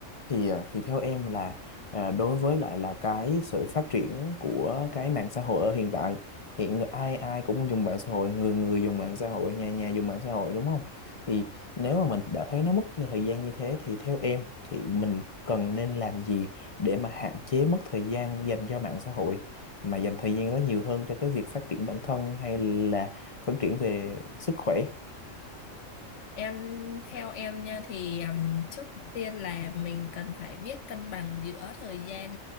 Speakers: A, on the left; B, on the left.
A: thì à, thì theo em là à, đối với lại là cái sự phát triển của cái mạng xã hội ở hiện tại hiện ai ai cũng dùng mạng xã hội người người dùng mạng xã hội nhà nhà dùng mạng xã hội đúng không thì nếu mà mình đã thấy nó mất thời gian như thế thì theo em thì mình cần nên làm gì để mà hạn chế mất thời gian dành cho mạng xã hội mà dành thời gian đó nhiều hơn cho cái việc phát triển bản thân hay là phát triển về sức khỏe
B: em theo em nha thì um, trước tiên là mình cần phải biết cân bằng giữa thời gian